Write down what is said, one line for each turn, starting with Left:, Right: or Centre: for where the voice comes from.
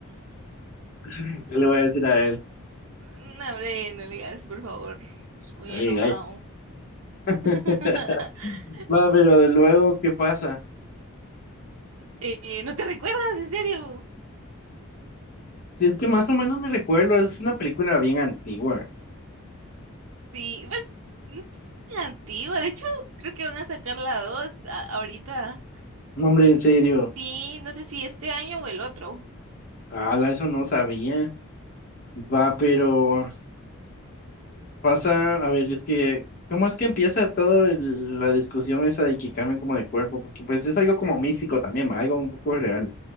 Left: <laughs> ¿qué le voy a decir a él?
Right: No, hombre, no le digas, por favor. Es muy
Left: Ay,
Right: enojado.
Left: ay. <laughs>
Right: <laughs>
Left: Va, pero de luego, ¿qué pasa?
Right: Eh, ¿no te recuerdas, en serio?
Left: Si es que más o menos me recuerdo, es una película bien antigua.
Right: Sí, pues, no es tan antigua. De hecho, creo que van a sacar la 2 a- ahorita.
Left: No, hombre, en serio.
Right: Sí, no sé si este año o el otro.
Left: Ala, eso no sabía. Va, pero pasa, a ver, es que, ¿cómo es que empieza toda el- la discusión esa de que cambien como de cuerpo? Porque pues es algo como místico también, va, algo un poco real.